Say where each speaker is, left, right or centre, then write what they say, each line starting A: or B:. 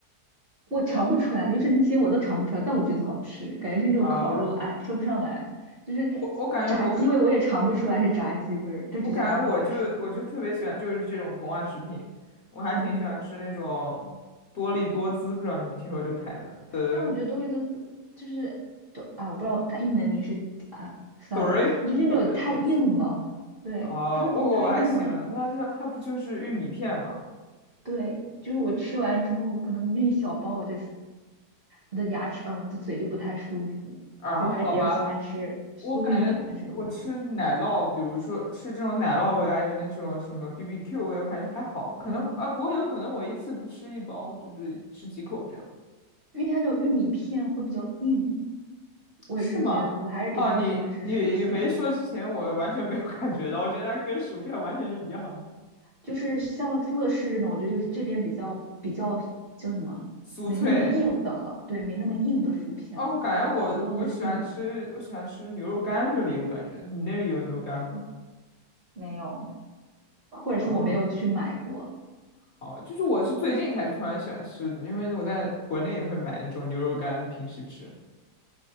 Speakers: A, on the right; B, on the left.
A: 我尝不出来，就是那些我都尝不出来，但我觉得好吃，感觉是那种烤肉，
B: 啊，
A: 哎，说不上来，就是
B: 我我感觉我感。
A: 炸鸡味我也尝不出来是炸鸡味儿，但只觉得挺好吃的，
B: 我感觉我就我就特别喜欢就是这种膨化食品，我还挺喜欢吃那种多力多滋，
A: 嗯，
B: 不知道你们听说这个牌子的
A: 但我觉得多利多斯就是多，哎，我不知道它英文名是啊，算了，
B: Dor
A: 它就是那种太硬了，
B: Doritos
A: 对，
B: 啊、
A: 它有点太硬了，
B: 我我还行，那它它不就是玉米片吗？
A: 对，就是我吃完之后，可能那一小包我的我的牙齿啊，我的嘴就不太舒服，
B: 啊，
A: 所以我还是比较喜欢吃酥一点的这种，
B: 好吧，我感觉我吃奶酪，
A: 嗯。
B: 比如说吃这种奶酪味，还有那种什么 BBQ 味，我感觉还好，可能啊，
A: 嗯
B: 不过有可能我一次不吃一包，就是吃几口这样。
A: 因为它这种玉米片会比较硬，我也是觉得我还是比较喜欢吃薯片，
B: 是吗？哦，你你没说之前，我完全没有 <laughs> 感觉到，我觉得它跟薯片完全是一样的，
A: 就是像乐事这种，我觉得就是这边比较比较叫什么，
B: 酥脆。
A: 没那么硬的了，对，没那么硬的薯片了，
B: 哦，我感觉我我喜欢吃，
A: 就好多都是硬的，
B: 我喜欢吃牛肉干这里，我感觉你那里有牛肉干吗？
A: 嗯没有，或者是我没有去买过。
B: 啊，好，就是我是最近才突然喜欢吃的，因为我在国内也会买那种牛肉干，平时吃。